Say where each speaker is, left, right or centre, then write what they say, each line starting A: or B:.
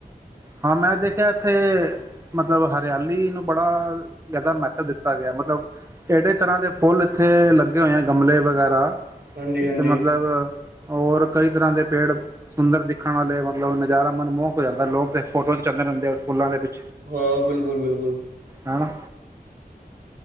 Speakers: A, on the right; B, on the right.
A: ਹਾਂ ਮੈਂ ਦੇਖਿਆ ਇੱਥੇ, ਮਤਲਬ ਹਰਿਆਲੀ ਨੂੰ ਬੜਾ ਜ਼ਿਆਦਾ ਮਹੱਤਵ ਦਿੱਤਾ। ਗਿਆ ਮਤਲਬ, ਇਹਦੇ ਤਰ੍ਹਾਂ ਦੇ, ਫੁੱਲ ਇੱਥੇ ਲੱਗੇ ਹੋਏ ਆ ਗਮਲੇ ਵਗੈਰਾ।
B: ਹਾਂਜੀ-ਹਾਂਜੀ,
A: ਤੇ ਮਤਲਬ, ਔਰ ਕਈ ਤਰ੍ਹਾਂ ਦੇ ਪੇੜ ਸੁੰਦਰ ਦੇਖਣ ਵਾਲੇ ਮਤਲਬ ਨਜ਼ਾਰਾ ਮਨਮੋਹਕ ਹੋ ਜਾਂਦਾ ਲੋਕ ਤੇ, ਫੋਟੋ ਖੀਚਾਦੇ ਰਹਿੰਦੇ ਆ ਫੁੱਲਾ ਦੇ ਵਿੱਚ,
B: ਹਾਂ ਬਿਲਕੁਲ-ਬਿਲਕੁਲ ਹੂੰ,
A: ਹਨਾ